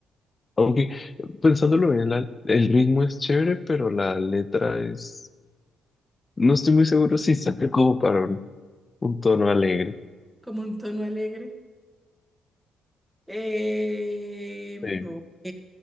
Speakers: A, on the left (about 30°); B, in the centre.
A: Aunque pensándolo bien, la- el ritmo es chévere, pero la letra es... No estoy muy seguro si saca como para un, un tono alegre.
B: como un tono alegre. Eh,
A: Sí.
B: ok.